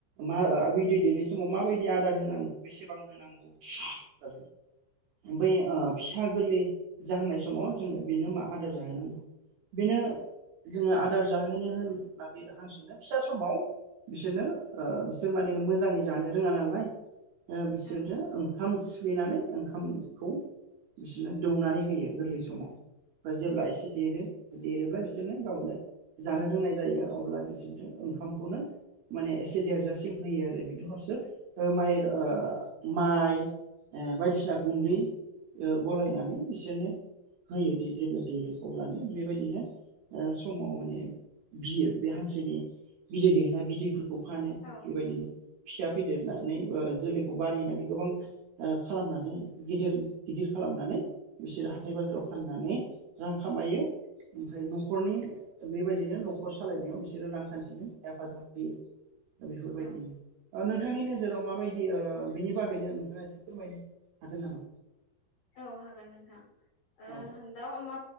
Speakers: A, on the right; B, on the left.
A: मा ओ बिदै दैेनो समाव माबायदि आदार होनांगौ बिसिबां होनांगौ आरो बै ओ फिसा गोरलै जाहांनाय समाव जोङो बेनो मा आदार जाहोनांगौ। बेनो जोङो आदार जाहोनो होननानै हांसोनो फिसा समाव बिसोरनो ओ बिसोर माने मोजाङै जानो रोङा नालाय। ओ बिसोरनो
B: औ
A: ओंखाम सिफ फ्लेनानै ओंखामखौ बिसोरनो दौनानै होयो गोरलै समाव। ओमफाय जेब्ला एसे देरो देरोब्ला बिसोरनो गावनो जानो रोंनाय जायो अब्ला बिसोरनो ओंखामखौनो। माने एसे देरजासिम होयो आरो बेनि हसो माइ ओ माइ ओ बायदिसिना गुन्दै ओ गलायनानै बिसोरनो होयोदि जेब्ला देरो अब्लानो बेबायदिनो ओ समाव माने बियो बे हांसोनि बिदै दैहोना बिदैफोरखौ फानो
B: औ
A: बेबायदिनो फिसा फेदेरनानै ओ जोलैखौ बारिहनानै गोबां ओ खालामनानै गिदिर गिदिर खालाम खालामनानै बिसोरो हाथाय बाजाराव फाननानै रां खामायो। ओमफाय न'खरनि बेबायदिनो न'खर सालायनायाव बिसोरो रांखान्थिजों हेफाजाब होयो। बेफोरबायदिनो
B: औ
A: ओ नों थांनि नोजोराव माबायदि ओ बिनि बागैनो नोंथाङा एसे फोरमायनो हागोन नामा?
B: औ हागोन नोंथां ओ
A: औ
B: दाउ अमा